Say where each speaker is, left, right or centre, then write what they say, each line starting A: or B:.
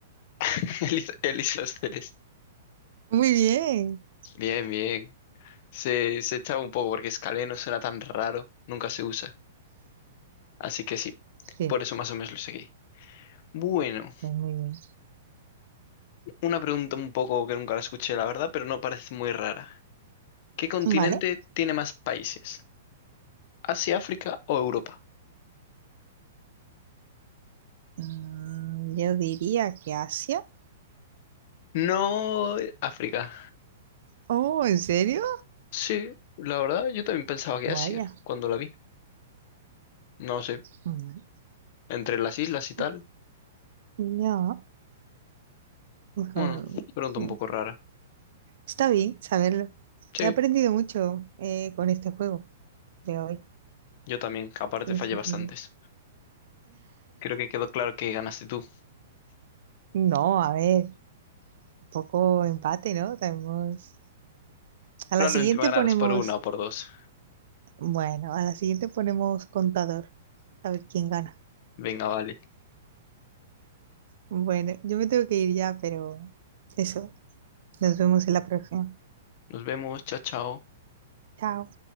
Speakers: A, on the left (about 45°); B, on the right (about 60°).
A: <laughs> el, is- el isósceles.
B: Muy bien.
A: Bien, bien. Se, se echaba un poco porque Scaleno será tan raro, nunca se usa. Así que sí,
B: Sí,
A: por eso más o menos lo seguí. Bueno,
B: pues muy bien.
A: una pregunta un poco que nunca la escuché, la verdad, pero no parece muy rara. ¿Qué continente
B: Vale,
A: tiene más países? ¿Asia, África o Europa?
B: mm, yo diría que Asia.
A: No, eh, África.
B: Oh, ¿en serio?
A: Sí, la verdad, yo también pensaba que
B: Vaya.
A: Asia cuando la vi. No sé,
B: Bueno,
A: entre las islas y tal.
B: sí, ya, mejor.
A: Bueno, pregunta
B: mm,
A: un poco rara.
B: Está bien saberlo.
A: Sí,
B: He aprendido mucho eh, con este juego de hoy.
A: yo también, aparte
B: No
A: fallé
B: sé
A: bastantes.
B: si
A: Creo que quedó claro que ganaste tú.
B: No, a ver, un poco empate, ¿no? Tenemos... A
A: Probablemente
B: la siguiente
A: me ganarás
B: ponemos,
A: por una o por dos.
B: bueno, a la siguiente ponemos contador, a ver quién gana.
A: Venga, vale.
B: Bueno, yo me tengo que ir ya, pero eso, nos vemos en la próxima.
A: Nos vemos. Chao, chao.
B: Chao.